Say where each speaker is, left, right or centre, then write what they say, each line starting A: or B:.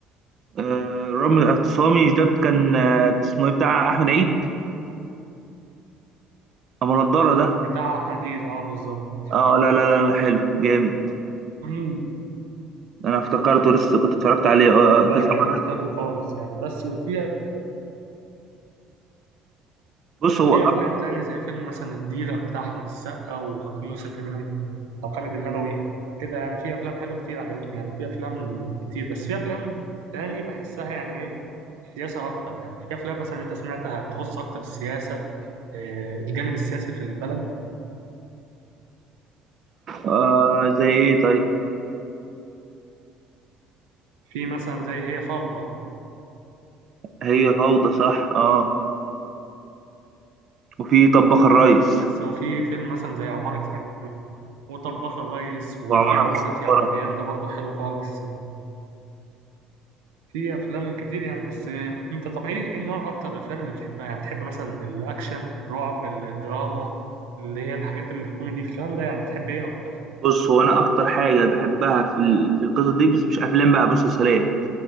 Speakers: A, on the right (about 50°); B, on the right (about 80°).
A: آه رغم الاعتصامي مش ده كان آه، اسمه ايه بتاع احمد عيد ابو نضاره ده
B: بتاع احمد عيد اه بالظبط
A: اه لا لا لا لا، حلو جامد
B: امم
A: انا افتكرته لسه كنت اتفرجت عليه آه
B: لا
A: كذا مرة.
B: جامد حلو خالص يعني بس وفي
A: بص
B: وفي
A: هو أك-
B: افلام تاني زي فيلم مثلا الديلر بتاع احمد السقا ويوسف او خالد النبوي كده يعني في افلام حلوه كتير عجبتهم يعني في افلام كتير بس في افلام تاني بحسها يعني ايه سياسه اكتر يعني في افلام مثلا انت سمعتها تخص اكتر السياسه آه، الجانب السياسي في البلد
A: آه زي ايه طيب
B: في مثلا زي هي فوضى
A: هي فوضى صح اه وفي طباخ الريس
B: بس وفي فيلم مثلا زي عمارة يعقوبيان وطباخ الريس وفي
A: وعمارة
B: عمارة
A: الاستخبارات
B: يعقوبيان ده برضه حلو خالص في افلام كتير يعني بس آه، انت طب ايه ايه نوع اكتر الافلام اللي بتحبها يعني بتحب مثلا الاكشن الرعب الدراما اللي هي الحاجات الكوميدي الكلام ده يعني بتحب ايه اكتر
A: بص هو انا اكتر حاجه بحبها في ال- في القصه دي بس مش افلام بقى مسلسلات